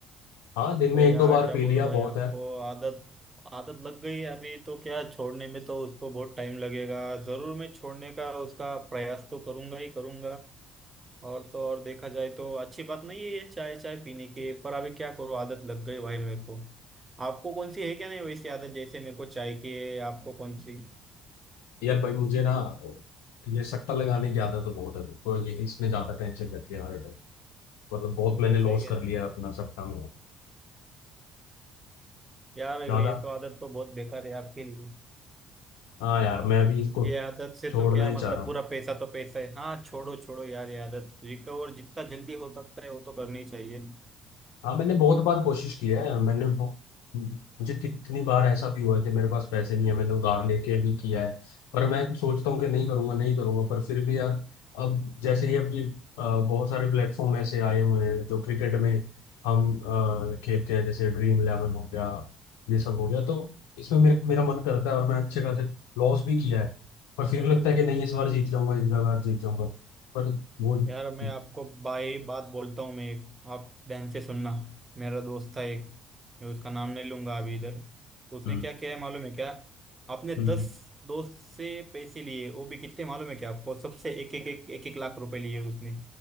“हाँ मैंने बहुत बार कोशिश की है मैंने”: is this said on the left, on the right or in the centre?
Left